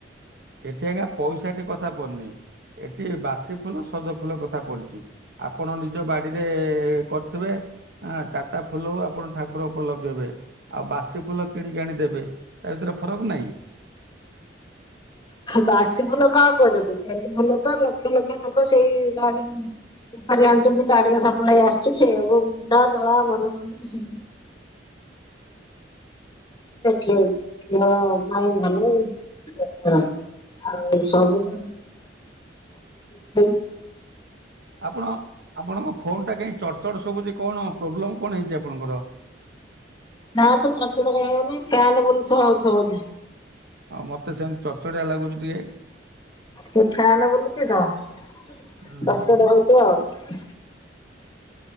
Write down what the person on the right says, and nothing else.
ଏଠି ଆଜ୍ଞା ପଇସାଟି କଥା ପନି ଏଠି ବାସି ଫୁଲ ସଜ ଫୁଲ କଥା ପଡିଚି। ଆପଣ ନିଜ ବାଡ଼ିରେ କରିଥିବେ ଚାରିଟା ଫୁଲ ହୋଉ ଆପଣ ଠାକୁର ଉପରେ ଲଗେଇବେ ଆଉ ବାସି ଫୁଲ କିଣିକି ଆଣି ଦେବେ ତା ଭିତରେ ଫରକ ନାହିଁ।
ଆପଣ ଆପଣଙ୍କ ଫୋନ ଟା କାଇଁ ଚଡ୍ ଚଡ୍ ସୁବୁଚି କଣ ପ୍ରୋବ୍ଲେମ କଣ ହେଇଚି ଆପଣଙ୍କର?
ହଁ ମତେ ସେମିତି ଚଚଡିଆ ଲାଗୁଛି ଟିକେ।
ହଁ ହଁ।